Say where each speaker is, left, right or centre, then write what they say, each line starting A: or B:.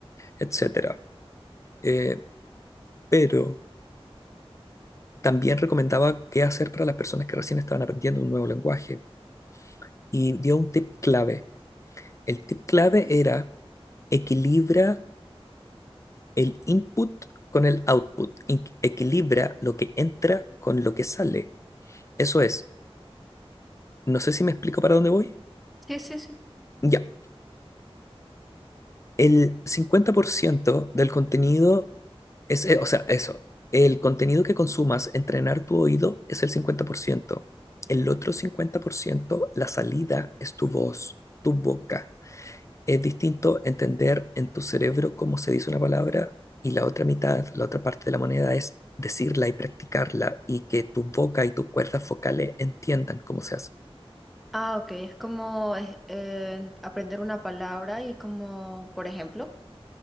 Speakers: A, on the left (about 30°); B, in the centre.
A: etcétera. Eh, pero También recomendaba qué hacer para las personas que recién estaban aprendiendo un nuevo lenguaje y dio un tip clave. El tip clave era equilibra el input con el output, in- equilibra lo que entra con lo que sale. Eso es, no sé si me explico para dónde voy.
B: Sí, sí, sí.
A: Ya, el 50% del contenido es, eh, o sea, eso, el contenido que consumas, entrenar tu oído es el 50%. El otro 50%, la salida es tu voz, tu boca. Es distinto entender en tu cerebro cómo se dice una palabra y la otra mitad, la otra parte de la moneda es decirla y practicarla y que tu boca y tus cuerdas focales entiendan cómo se hace.
B: Ah, ok. Es como es, eh, aprender una palabra y como, por ejemplo,